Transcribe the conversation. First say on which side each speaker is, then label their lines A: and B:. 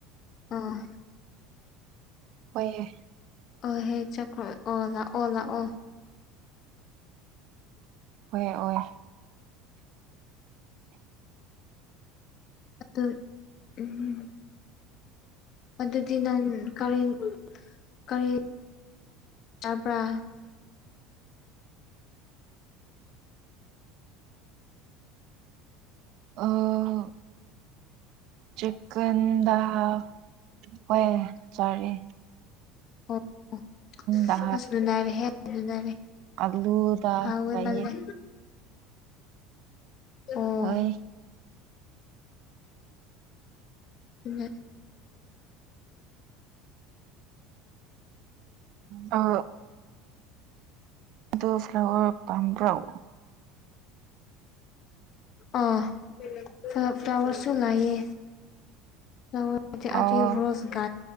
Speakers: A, on the left; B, on the right.
A: ꯑꯥ
B: ꯍꯣꯏꯑꯦ
A: ꯑꯣ ꯍꯦ ꯆꯀ꯭ꯔꯣ ꯑꯣ ꯂꯥꯛꯑꯣ ꯂꯥꯛꯑꯣ
B: ꯍ ꯑꯣꯏ
A: ꯑ ꯎꯝ ꯑꯗꯨꯗꯤ ꯅꯥꯟ ꯀꯔ ꯀꯔꯤ ꯆꯥꯕ꯭ꯔꯥ
B: ꯑꯥ ꯆꯤꯛꯀꯟꯗ ꯍꯥꯞ ꯍꯣꯏ ꯆꯥꯔꯤ
A: ꯑꯣ ꯑꯣ
B: ꯗ
A: ꯑꯁ ꯅꯨꯅꯔꯦꯍꯦ ꯅꯨꯅꯔꯦ
B: ꯑꯂꯨꯗ
A: ꯍꯥꯎꯦ
B: ꯂꯩꯌꯦ
A: ꯃꯜꯂꯦ ꯑꯣ
B: ꯍꯣꯏ
A: ꯊ <unintelligible>
B: ꯑ ꯣ ꯐ꯭ꯂꯋꯔ ꯄꯝꯕ꯭ꯔꯎ
A: ꯑ ꯐ ꯐ꯭ꯂꯋꯔꯁꯨ ꯂꯌꯦ ꯍ ꯑꯗꯨ
B: ꯑꯣ
A: ꯑꯗꯨ ꯔꯣꯁꯒꯥ